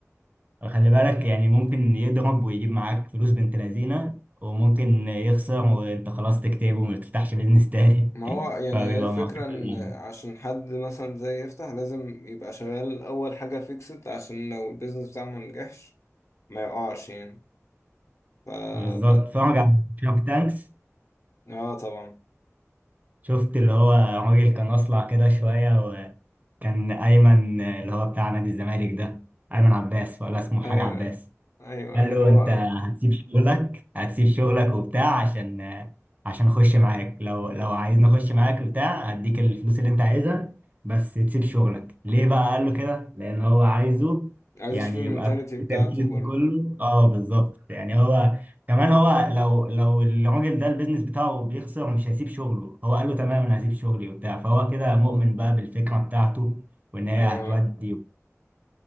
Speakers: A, on the right; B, on the left.
A: خلي بالك يعني ممكن يضرب ويجيب معاك فلوس بنت لذينه وممكن يخسر وانت خلاص تكتئب وما تفتحش بيزنس تاني
B: ما هو
A: <laughs>
B: يعني
A: فبيبقى
B: هي فكرة
A: معتقد
B: ان عشان حد مثلا زي يفتح لازم يبقى شغال اول حاجة فيكسد عشان لو البيزنس بتاعه ما نجحش ما يقعش يعني ف
A: بالظبط اتفرج على شارك تانكس
B: اه طبعا
A: شفت اللي هو راجل كان اصلع كده شويه وكان ايمن اللي هو بتاع نادي الزمالك ده ايمن عباس ولا اسمه
B: ايوه
A: حاجه عباس
B: ايوه
A: قال
B: ايوه
A: له
B: هو
A: انت هتسيب شغلك هتسيب شغلك وبتاع عشان عشان اخش معاك لو لو عايزني اخش معاك بتاع هديك الفلوس اللي انت عايزها بس تسيب شغلك ليه بقى قال له كده لان هو عايزه
B: عايز
A: يعني
B: اشوف المنتاليتي
A: يبقى
B: بتاعته
A: كل تركيزه
B: برضه
A: كله اه بالظبط يعني هو كمان هو لو لو الراجل ده البيزنس بتاعه بيخسر مش هيسيب شغله هو قال له تمام انا هسيب شغلي وبتاع فهو كده مؤمن بقى بالفكرة بتاعته وان هي
B: اه
A: هتودي